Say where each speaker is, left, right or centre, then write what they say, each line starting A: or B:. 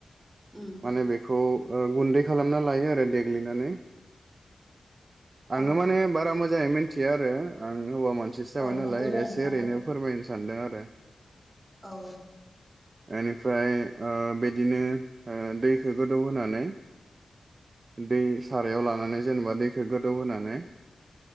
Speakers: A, on the right; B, on the right.
A: उम
B: माने बेखौ ओ गुन्दै खालामना लायो आरो देग्लिनानै। आङो
A: औ
B: माने बारा मोजांयै मिन थिया आरो आं हौवा मानसिसो जाबाय
A: औ
B: नालाय
A: नंगौ दे
B: एसे
A: नोंथां
B: ओरैनो फोरमायनो सानदों आरो
A: औ
B: एनिफ्राय ओ बिदिनो ओ दैखौ गोदौ होनानै दै सारायाव लानानै जेनेबा दैखौ गोदौ होनानै